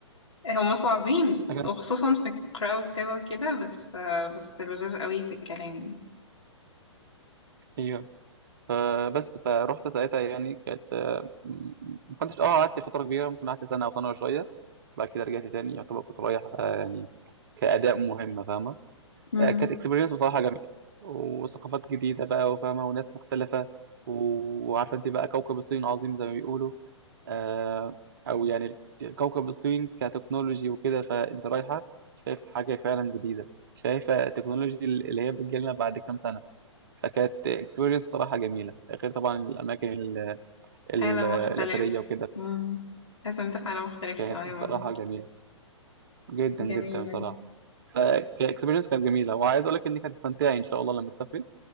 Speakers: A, on the left; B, on the right.
A: هم صعبين
B: حاجة
A: وخصوصا في القراءة والكتابة وكده بس بس لذاذ قوي في الكلام
B: أيوه فبس فروحت ساعتها يعني كانت آه، ما كنتش اه قعدت فترة كبيرة ممكن قعدت سنة أو سنة وشوية بعد كده رجعت تاني يعتبر كنت رايح آه، يعني كأداء مهمة فاهمة
A: امم
B: آه، كانت اكسبيرينس بصراحة جميلة وثقافات جديدة بقى وفاهمة وناس مختلفة و- وعارفة انت بقى كوكب الصين عظيم زي ما بيقولوا آه، او يعني كوكب الصين كتكنولوجي وكده فانت رايحه شايف حاجه فعلا جديده شايفه التكنولوجي اللي هي بتجيلنا بعد كام سنه فكانت اكسبيرينس صراحه جميله غير طبعا الاماكن ال- ال-
A: عالم
B: الاثريه
A: مختلف
B: وكده
A: امم تحس إن انت في عالم مختلف
B: كانت
A: تماما
B: بصراحه جميله جدا
A: جميل
B: جدا بصراحه
A: يعني.
B: فكاكسبيرينس كانت جميله وعايز اقول لك انك هتستمتعي ان شاء الله لما تسافري